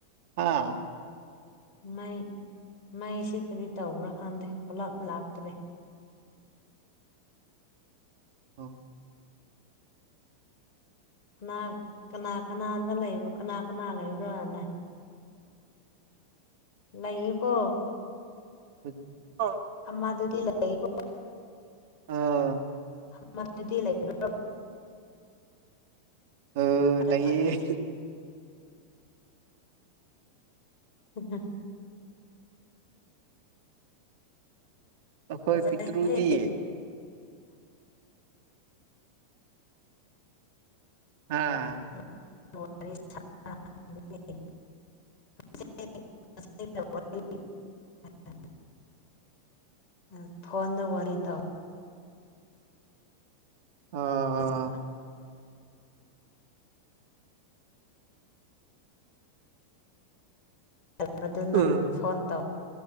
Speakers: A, on the right (about 55°); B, on the left (about 40°).
A: ꯑꯥ
B: ꯃꯩ ꯃꯩꯁꯦ ꯀꯔꯤ ꯇꯧꯕ꯭ꯔꯥ ꯈꯪꯗꯦ ꯄꯨꯂꯞ ꯂꯥꯛꯇ꯭ꯔꯦ
A: ꯑꯣ
B: ꯀꯅꯥ ꯀꯅꯥ ꯀꯅꯥꯗ ꯂꯩꯕ ꯀꯅꯥ ꯀꯅꯥ ꯂꯩꯕ꯭ꯔꯣꯅ ꯂꯩꯌꯦꯀꯣ
A: <unintelligible> ꯑꫭ
B: ꯑꯃꯥꯗꯨꯗꯤ ꯂꯩꯀꫭ
A: ꯑꯥꯎ
B: ꯑꯃꯗꯨꯗꯤ ꯂꯩꯕꯔꫭ
A: ꯑ
B: ꯐꯔꯦ
A: ꯂꯩꯌꯦ
B: ꯐꯔꯦ <unintelligible>
A: ꯑꯩꯈꯣꯏ
B: ꯐꯖꯩꯍꯦ
A: ꯄꯤꯛꯇꯨꯔꯨꯗꯤ ꯍꯥꯥ
B: <unintelligible> <unintelligible> ꯑꯥ ꯐꯣꯟꯗ ꯋꯥꯔꯤ ꯇꯧ
A: ꯑꯣ
B: <unintelligible> <unintelligible> ꯑꯗꯨꯅ
A: ꯎ
B: <unintelligible> ꯐꯣꯟ <unintelligible>